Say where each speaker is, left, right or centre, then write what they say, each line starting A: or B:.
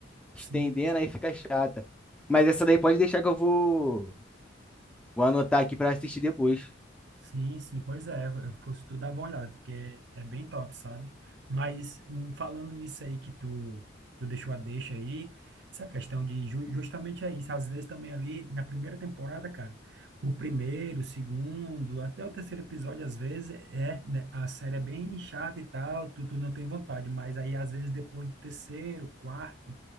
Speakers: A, on the right; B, in the centre.
A: sim,
B: Estendendo, aí fica chata. Mas essa daí pode deixar que eu vou, vou anotar aqui pra assistir depois.
A: Sim, sim, pois é, eu fosse tu dar uma olhada, porque é bem top, sabe? Mas em- falando nisso aí que tu, tu deixou a deixa aí, essa questão de ju- justamente é isso, às vezes também ali na primeira temporada, cara, o primeiro, o segundo, até o terceiro episódio, às vezes é, né, a série é bem chata e tal, tu, tu não tem vontade, mas aí às vezes depois do terceiro, quarto,